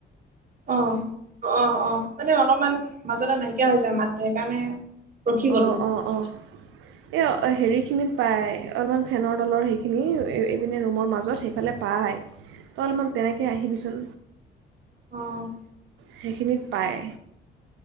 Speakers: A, on the right; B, on the right.
A: অ'অ'অ' মানে অলপমান মাজতে নাইকিয়া হৈ যায় মাত সেইকাৰণে ৰখি গলো
B: অ'অ'অ' এই অ'হেৰিখিনিত পায়, অলপমান ফেনৰ তলৰ সেইখিনি এইপিনে ৰুমৰ মাজত সেইফালে পায়। তই অলপমান তেনেকৈ আহিবিচোন।
A: অ',
B: সেইখিনিত পায়।